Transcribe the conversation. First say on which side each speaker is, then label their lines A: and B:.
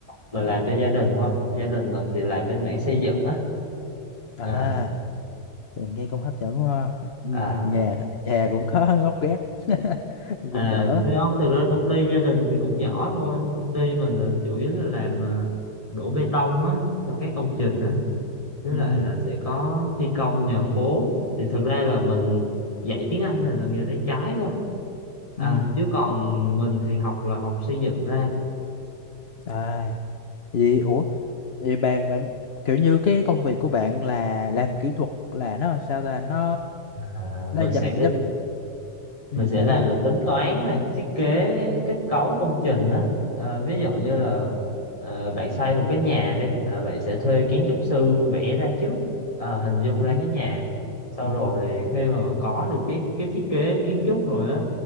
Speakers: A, on the left (about 15°); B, on the left (about 40°).
A: mình làm cho gia đình thôi. Gia đình mình thì làm bên mảng xây dựng á.
B: à
A: À,
B: nghe cũng hấp dẫn quá ha. Ừ,
A: à.
B: nhà nhà cũng có gốc gác <laughs>
A: À,
B: cũng đỡ
A: thì không, thực ra công ty gia đình thì cũng nhỏ thôi. Công ty mình là chủ yếu là làm à, đổ bê tông á, cho các công trình á. Với
B: ừ
A: lại là sẽ có thi công nhà phố. Thì thực ra là mình dạy tiếng Anh này là nghề tay trái thôi. À,
B: ừ
A: chứ còn mình thì học là học xây dựng ra.
B: à vậy ủa vậy bạn bạn kiểu như cái công việc của bạn là làm kỹ thuật là nó sao ta nó
A: À,
B: nó
A: mình sẽ
B: dậm dậm ừ,
A: mình sẽ
B: bạn
A: làm
B: nói đi.
A: là tính toán này thiết kế kết cấu công trình đó Ờ, ví dụ như
B: Ừ.
A: là ờ, bạn xây một cái nhà đi ờ, bạn sẽ thuê kiến trúc sư vẽ ra trước ờ, hình dung ra
B: ừ.
A: cái nhà sau rồi khi mà có được cái cái thiết kế kiến trúc rồi á